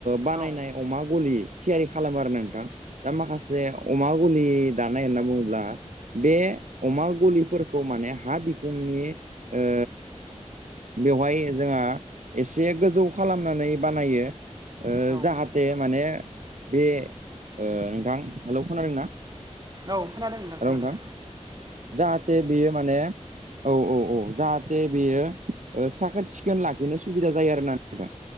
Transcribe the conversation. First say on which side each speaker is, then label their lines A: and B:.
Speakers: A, on the right; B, on the right.
A: बानायनाय
B: औ
A: अमा गलि थियारि खालामो आरो नोंथां दा माखासे अमा गुलि दानाय होनना बुङोब्ला बे अमा गलिफोरखौ माने हा बिखुंनि ओ बेवहाय जोंहा एसे गोजौ खालामनानै बानायो ओ
B: औ
A: जाहाथे माने बे ओ नोंथां हेल' खोनादों ना
B: औ खोनादों नोंथां खोनादों
A: हेल नोंथां जाहाथे बेयो माने औ औ औ जाहाथे बेयो ओ साखोन-सिखोन लाखिनो सुबिदा जायो आरोना नोंथां